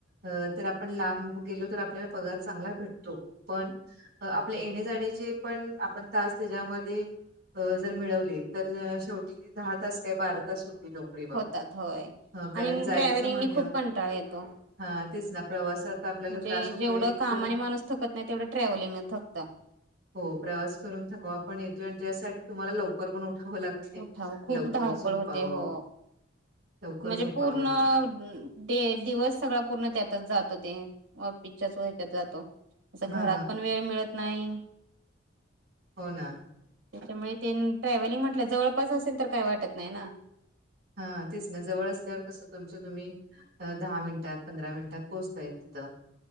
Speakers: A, on the right; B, on the right.
A: अ तर आपण लांब गेलो तर आपल्याला पगार चांगला भेटतो पण अ आपल्या येण्या जाण्याचे पण आपण तास त्याच्यामध्ये अ जर मिळवले तर शेवटी ते दहा तास काय बारा तास होते नोकरी मग
B: होतात होय
A: अ, कारण
B: आणि
A: जायचं
B: ट्रॅव्हलिंगीने
A: म्हणल्यावर
B: खूप कंटाळा येतो
A: हा तेच ना प्रवासात आपल्याला
B: म्हणजे
A: त्रास होतोय
B: जेवढं
A: एक
B: कामाने
A: तर
B: माणूस थकत नाही तेवढं ट्रॅव्हलिंगने थकत.
A: हो प्रवास करून थकवा पण येतो आणि त्याच्यासाठी तुम्हाला लवकर पण उठावं लागत
B: उठाव खूप
A: लवकर
B: धावपळ
A: झोपावं
B: होते हो.
A: लवकर
B: म्हणजे
A: झोपावं
B: पूर्ण
A: लागत
B: ते दिवस सगळा पूर्ण त्यातच जातो ते ऑफिसच्या हो ह्याच्यात जातो. असं
A: हा
B: घरात पण वेळ मिळत नाही
A: हो ना.
B: त्याच्यामुळे ते ट्रॅव्हलिंग म्हटलं जवळपास असेल तर काही वाटत नाही ना
A: ह तेच ना जवळ असल्यावर कसं तुमचं तुम्ही दहा मिनिटात पंधरा मिनिटात पोचताय तिथ